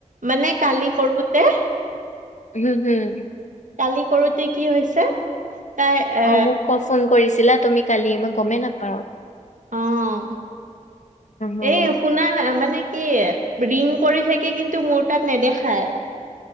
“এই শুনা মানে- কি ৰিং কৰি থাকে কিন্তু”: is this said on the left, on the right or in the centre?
Right